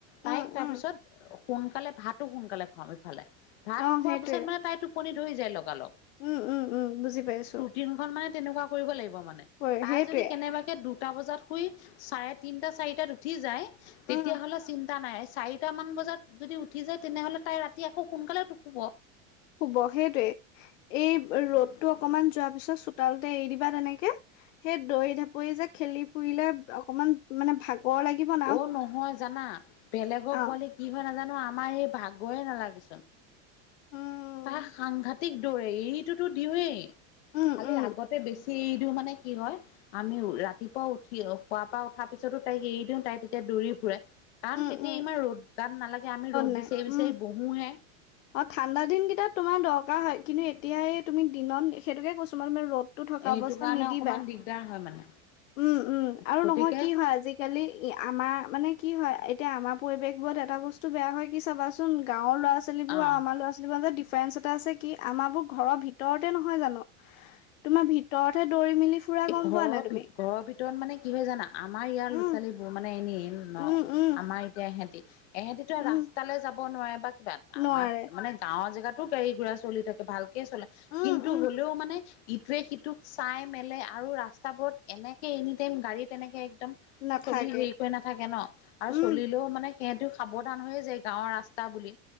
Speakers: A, on the left (about 60°); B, on the left (about 85°).
A: তাইক
B: উম
A: তাৰ
B: উম
A: পিছত সোনকালে ভাতো সোনকালে খুৱাম ইফালে, ভাত
B: অ
A: খোৱাৰ
B: সেইটোৱে
A: পিছত মানে তাই টোপনি ধৰি যায় লগা লগ।
B: উম, উম, উম, বুজি পাইছো।
A: খন মানে তেনেুৱা কৰিব লাগিব মানে,
B: হয়,
A: তাই
B: সেইটোৱে
A: যদি কেনেবাকে দুটা বজাত শুই চাৰে তিনটা চাৰিটাত উঠি যায়। তেতিয়াহ'লে
B: উম
A: চিন্তা নাই, এই চাৰিটা মান বজাত যদি উঠি যায় তেনেহ'লে তাই ৰাতি আকৌ সোনকালে শুব।
B: শুব, সেইটোৱে এই ৰ'দটো অকমান যোৱাৰ পিছত চোতালতে এৰি দিবা তেনেকে। সেই দৰি ঢাপৰি যে খেলি ফুৰিলে অকমান মানে ভাগ ক' লাগিব নেকি?
A: অ, নহয় জানা বেলেগৰ
B: অ',
A: পোৱালি কি হয় নাজানো? আমাৰ এইৰ ভাগৰেই নালাগেচোন।
B: উম,
A: তাই সাংঘাতিক দৌৰে এৰিটোতো দিওঁৱেই।
B: উম,
A: খালি
B: উম,
A: আগতে বেছি এৰি দি মানে কি হয়? আমি উঠি ৰাতিপুৱা উঠি শুৱাৰ পৰা উঠাৰ পিছতো তাইক এৰি দিওঁ তাই তেতিয়া দৌৰি ফুৰে। কাৰণ
B: উম,
A: তেতিয়া
B: উম
A: ইমান ৰ'দ গান নালাগে আমি ৰ'দ
B: নাই
A: বিচাৰি, বিচাৰি
B: উম।
A: বহোহে।
B: অ, ঠাণ্ডা দিনকেইটাত তোমাৰ দৰকাৰ হয়। কিন্তু এতিয়াই তুমি দিনত সেইটোকে কৈছো মই মানে ৰ'দ থকা
A: এইটো
B: অৱস্থাত
A: কাৰণে
B: নিদিবা।
A: অকমান দিগদাৰ হয় মানে
B: উম, উম আৰু
A: গতিকে
B: নহয় কি হয়, আজি খালি আমাৰ মানে কি হয় এতিয়া আমাৰ পৰিৱেশবোৰত এটা বস্তু বেয়া হয় কি চাবাচোন গাঁৱৰ ল'ৰা ছোৱালীবোৰ
A: অ
B: আৰু আমাৰ লৰা ছোৱালীৰ মাজত ডিফাৰেন্ঞ্চ এটা আছে কি? আমাৰ বোৰ ঘৰৰ ভিতৰতে নহয় জানো, তোমাৰ ভিতৰতে দৌৰি, মেলি ফুৰা
A: এই
B: গম
A: ঘৰৰ
B: পোৱা নাই তুমি?
A: ভি, ঘৰৰ ভিতৰত মানে কি হয় জানা? আমাৰ ইয়াৰ
B: উম,
A: ল'ৰা -ছোৱালীবোৰ মানে এনেই ন।
B: উম, উম,
A: আমাৰ এতিয়া এহেতি এহেতিত ৰাস্তালৈ
B: উম,
A: যাব নোৱাৰে বা কিবা আমাৰ
B: নোৱাৰে।
A: মানে গাঁৱৰ জেগাতো গাড়ী ঘোৰা চলি থাকে। ভালকে চলে
B: উম,
A: কিন্তু
B: উম,
A: হ'লেও মানে ইটোৱে, সিটোক চাই মেলে আৰু ৰাস্তাবোৰত এনেকৈ এনিটাইম গাড়ী তেনেকৈ একদম
B: নাথাকে।
A: চলি হেৰি কৰি নাথাকে ন আৰু
B: উম,
A: চলিলেও মানে সিহঁতটো সাৱধান হৈয়ে যায় গাঁৱৰ ৰাস্তা বুলি